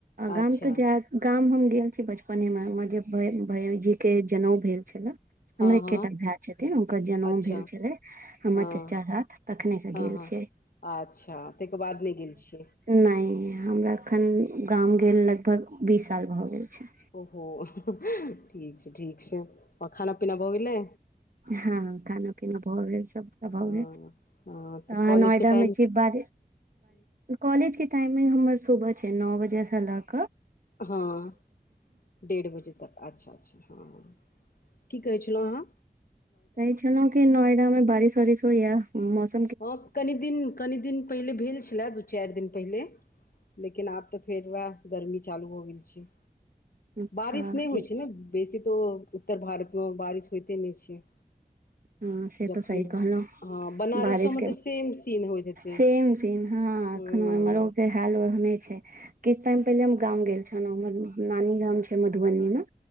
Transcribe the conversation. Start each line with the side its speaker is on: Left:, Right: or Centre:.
Right: गाम
Left: अच्छा
Right: तऽ जार गाम हम गेल छी बचपने में हम जे भजी के जनउ भेल छले
Left: हँ
Right: हमर एकेटा
Left: हँ
Right: भाय छथिन हुनकर जनउ
Left: अच्छा
Right: भेल छलै हमर
Left: हँ
Right: चाचा साथ तखने के
Left: हँ
Right: गेल
Left: हँ
Right: छियै
Left: अच्छा तहिके बाद नहि गेल छियै
Right: नय हमरा एखन गाम गेल लगभग बीस साल भऽ गेल छै
Left: ओहो ठीक छै ठीक छै आरो खाना पीना भऽ गेलै
Right: हं खाना पीना भऽ गेल सबटा भऽ
Left: हँ
Right: गेल
Left: हँ तऽ
Right: आ
Left: कॉलेजके
Right: नयदमे
Left: टाइम
Right: छी बारि कॉलेजके टाइमिंग हमर सुबह छय नओ बजेसँ लग
Left: हं डेढ़ बजे तक अच्छा अच्छा हँ की कहै छलहुँ आँहा
Right: तै छलहुँ कि नोएडा मे बारिश वारिश होइयाम
Left: हँ कनि दिन कनि दिन पहिले भेल छलए दू चाइर दिन पहिले लेकिन आब तऽ फेर वएह गर्मी चालू हो गेल छय
Right: अच्छा
Left: बारिश नय
Right: ई-
Left: होइ छै ने बेसी तऽ उत्तर भारतमे बारिश होइते नहि छै
Right: हँ से
Left: जखन
Right: तऽ सही कहलौ
Left: हँ बनारसोमे
Right: बारिश
Left: तऽ सेम सीन होइत हेतै
Right: सेम सेम हं
Left: हूँ
Right: एखनोरो के हाल ओहने छै किछ टाइम पहिले हम गाम गेल छलहुँ हमर नानी गाम छै मधुबनी मे